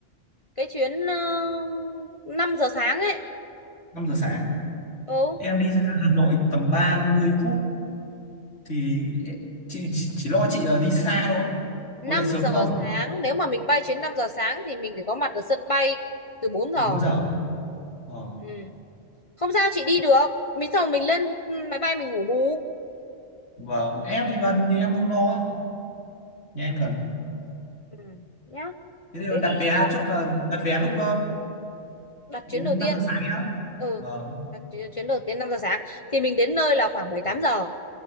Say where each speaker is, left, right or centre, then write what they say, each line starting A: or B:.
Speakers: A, on the left; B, on the left.
A: cái chuyến uh, 5 giờ sáng ấy
B: năm giờ sáng
A: ừ
B: em đi ra Hà Nội tầm 30 phút thì chị chỉ, chỉ lo chị là đi xa thôi
A: năm
B: có dậy sớm
A: giờ
B: được không
A: sáng nếu mà mình bay chuyến 5 giờ sáng thì mình phải có mặt ở sân bay từ bốn giờ
B: bốn giờ Ờ.
A: ừ. không sao chị đi được mình xong rồi mình lên ừ, máy bay mình ngủ bù
B: vâng em thì gần thì em không lo nhà em gần
A: ừ. nhá
B: Thế thì
A: thế
B: đặt
A: thì
B: vé
A: à,
B: chốt là đặt vé lúc uh,
A: đặt
B: 5
A: chuyến đầu tiên
B: giờ sáng nhá.
A: ừ
B: Vâng,
A: đặt chuyến chuyến đầu tiên 5 giờ sáng thì mình đến nơi là khoảng 7 8 giờ